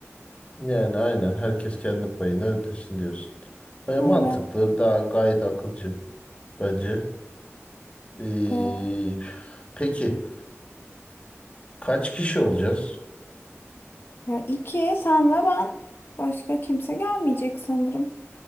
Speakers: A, on the left; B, on the left.
A: Yani aynen herkes kendi payını ödesin diyorsun. E, mantıklı,
B: Evet.
A: daha gayet akılcı bence. E,
B: e,
A: peki kaç kişi olacağız?
B: ya iki sen ve ben başka kimse gelmeyecek sanırım.